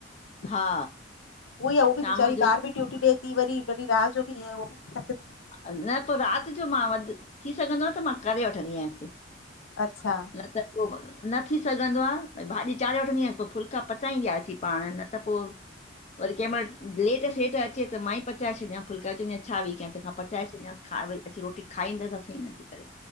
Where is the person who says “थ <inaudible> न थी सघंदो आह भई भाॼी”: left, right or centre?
Left